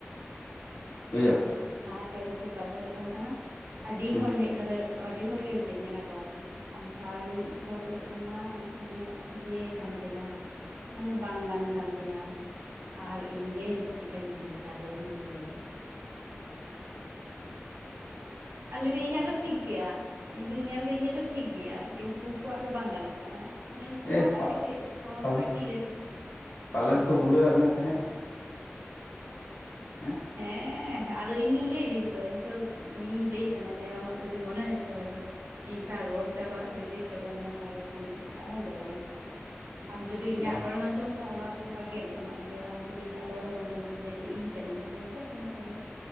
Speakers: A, on the left (about 80°); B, on the right (about 70°).
A: ᱵᱩᱡᱷᱟᱹᱣ
B: ᱦᱮᱸ ᱞᱟᱦᱟᱛᱮ ᱤᱱᱠᱟᱹ ᱜᱚᱞᱯᱚ ᱦᱩᱭᱩᱜ ᱠᱟᱱ ᱛᱟᱦᱮᱱᱟ ᱟᱹᱰᱤ
A: ᱦᱮᱸ
B: ᱦᱚᱲ ᱦᱮᱡ ᱠᱟᱛᱮᱼᱼ ᱟᱹᱰᱤ ᱦᱚᱲ ᱜᱮ ᱢᱤᱛᱟᱹᱧ ᱠᱟᱱᱟ ᱠᱚ, ᱟᱢ ᱥᱟᱶᱟ ᱤᱧ ᱨᱚᱲ ᱞᱮᱫ ᱛᱟᱦᱮᱱᱟ ᱤᱱᱟᱹᱜ ᱜᱮ ᱠᱟᱱ ᱛᱤᱧᱟᱹ ᱢᱟᱱᱮ ᱵᱟᱝ ᱜᱟᱱ ᱠᱟᱱᱛᱤᱧᱟᱹ ᱟᱨ ᱤᱧᱜᱮ ᱪᱤᱠᱟᱹᱧ ᱵᱩᱡ ᱫᱟᱲᱮᱨᱮᱧ ᱞᱮ ᱟ ᱞᱤᱫᱤ ᱤᱧᱟᱹᱜ ᱫᱚ ᱴᱷᱤᱠ ᱜᱮᱭᱟ ᱤᱧ ᱫᱚᱧ ᱧᱮᱞ ᱫᱟᱹᱧ ᱤᱧᱟᱹᱜ ᱫᱚ ᱴᱷᱤᱠᱼᱼ ᱴᱷᱤᱠ ᱜᱮᱭᱟ ᱠᱤᱱᱛᱩ ᱩᱱᱠᱩᱣᱟᱜ ᱫᱚ ᱵᱟᱝ ᱜᱟᱱᱚᱜ ᱠᱟᱱᱟ᱾ ᱢᱟᱱᱮᱧ ᱡᱟᱸᱦᱟᱱᱟᱜ
A: ᱮ
B: ᱜᱮ ᱪᱮᱫ ᱥᱚᱢᱚᱥᱥᱟ
A: ᱯᱟᱞᱮᱱ
B: ᱠᱤ ᱡᱟᱹᱱᱤ ᱴᱮᱠᱱᱤᱠᱮᱞ᱾
A: ᱯᱟᱞᱮᱱ ᱠᱚ ᱵᱩᱞᱟᱹᱣᱟᱫ ᱢᱮ ᱛᱟᱦᱮᱸᱫ ᱦᱮᱸ
B: ᱦᱮᱸ ᱟᱫᱚ ᱤᱧ ᱜᱮᱤᱧ ᱞᱟᱹᱭᱫᱟᱹᱧ ᱛᱚ ᱤᱧ ᱛᱚ ᱤᱧᱤᱧ ᱞᱟᱹᱭᱮᱫ ᱛᱟᱦᱮᱦᱱᱟ ᱡᱮ ᱟᱢᱟᱜ ᱡᱚᱫᱤ ᱢᱚᱱᱮ ᱦᱩᱭᱩᱜ ᱛᱟᱢᱟ ᱡᱮᱼᱼ ᱤᱧ ᱥᱟᱣ ᱨᱚᱲᱛᱮ ᱟᱢᱟᱜ ᱨᱤᱡᱮᱠᱴᱚᱜ ᱠᱟᱱ ᱛᱟᱢᱟ ᱛᱟᱦᱚᱞᱮ ᱠᱷᱟᱱ ᱟᱞᱚᱢ ᱨᱚᱲᱟ ᱤᱧ ᱥᱟᱣᱼᱼ ᱟᱢ ᱡᱩᱫᱤ ᱤᱧᱟᱹᱜ
A: ᱚ
B: ᱨᱚᱲᱮᱢ ᱟᱸᱡᱚᱢ ᱮᱫᱟ ᱚᱱᱟᱼᱼ ᱱᱚᱝᱠᱟ ᱜᱮᱫ ᱜᱟᱱᱚᱜᱼᱟ ᱡᱮ ᱟᱢ ᱡᱩᱫᱤ ᱤᱧᱟᱹᱜ ᱨᱚᱲᱮᱢ ᱟᱸᱡᱚᱢᱮᱫ ᱛᱤᱧᱟᱹ ᱡᱮ ᱤᱧ ᱠᱟᱹᱱᱟᱹᱧ ᱛᱟᱦᱞᱮ ᱜᱮᱫ ᱢᱮ ᱠᱚᱞᱼᱼ